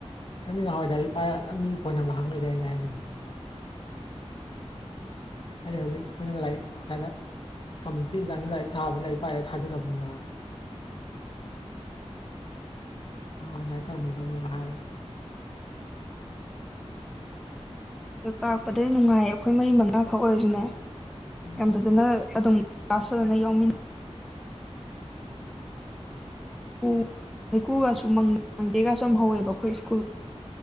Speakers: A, on the left; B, in the centre.
A: ꯅ ꯅꯍꯋꯥꯏ ꯏꯗꯤ ꯄꯥꯏꯔꯒ ꯆ ꯃꯤ ꯐꯣꯟ ꯅꯝꯕꯔ ꯍꯥꯡꯅꯣꯏꯗꯅꯦ ꯍꯥꯏꯒꯅ ꯑꯩꯅ ꯍꯧꯖꯤꯛ ꯑꯩꯈꯣꯏꯅ ꯂꯥꯏꯔꯤꯛ ꯀꯥꯏꯅ ꯀꯝꯃꯌꯨꯅꯤꯇꯤ ꯑꯦꯛꯖꯥꯒꯤ ꯂꯥꯏꯔꯤꯛ ꯊꯥꯕꯗ ꯂꯥꯏꯔꯤꯛ ꯄꯥꯏꯔꯒ ꯊꯥꯖꯗꯕ ꯃꯤ ꯌꯥꯎꯋꯦꯕ ꯑꯗꯥꯥꯏ ꯇꯧꯔꯃꯤꯗꯨ ꯍꯥꯏꯔꯒ
B: ꯑ ꯀꯥꯔꯛꯄꯗꯩ ꯅꯨꯡꯉꯥꯏꯌꯦ ꯑꯩꯈꯣꯏ ꯃꯔꯤ ꯃꯉꯥꯈꯛ ꯑꯣꯏꯔꯁꯨꯅꯦ
A: ꯎꯝ
B: ꯌꯥꯝ ꯐꯖꯅ ꯑꯗꯨꯝ ꯇꯁꯅꯌꯥꯎꯃꯤꯟ ꯎꯝ ꯍꯩꯀꯨꯒꯁꯨ ꯃꯪꯒꯦꯒꯁꯨ ꯍꯧꯋꯦꯕ ꯑꯩꯈꯣꯏ ꯁ꯭ꯀꯨꯜ